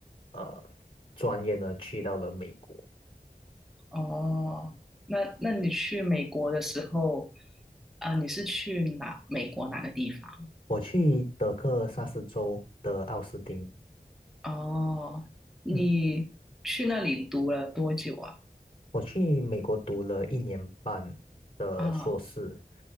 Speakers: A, on the left; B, in the centre.
A: 呃专业呢去到了美国，
B: 哦，那那你去美国的时候，啊、你是去哪？美国哪个地方？
A: 我去德克萨斯州的奥斯汀，
B: 哦，你去那里读了多久啊？
A: 嗯，我去美国读了一年半的硕士。
B: 啊、